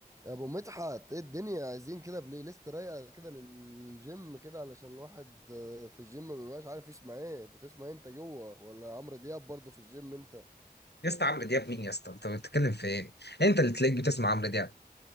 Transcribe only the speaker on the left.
يا اسطى عمرو دياب مين يا اسطى انت بتتكلم في ايه انت اللي تلاقيك بتسمع عمرو دياب